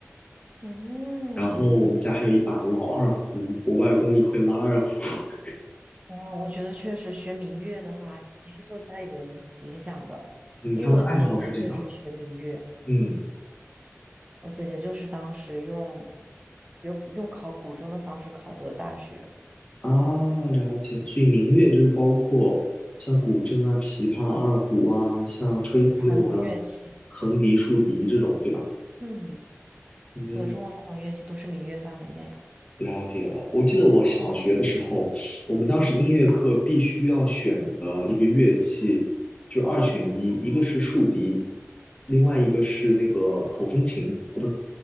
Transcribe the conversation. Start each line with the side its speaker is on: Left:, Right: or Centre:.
Right: 嗯，
Left: 然后我们家还有一把老二胡，我外公也会拉二胡，<laughs>
Right: 啊，我觉得确实学民乐的话，肯定是受家里人影响的，
Left: 嗯，
Right: 因为我姐姐就是学民乐，
Left: 他们的爱好是这样，嗯
Right: 我姐姐就是当时用用用考古筝的方式考的大学，
Left: 啊，了解，所以民乐就是包括像古筝啊、琵琶、二胡啊，像吹奏类的
Right: 中国传统乐器嘛。
Left: 横笛、竖笛这种，对吧？
Right: 嗯，
Left: 嗯，
Right: 对，中国传统乐器都是民乐范围内，
Left: 了解了。我记得我小学的时候，我们当时音乐课必须要选的一个乐器，就是二选一，一个是竖笛，另外一个是那个口风琴，啊，不是，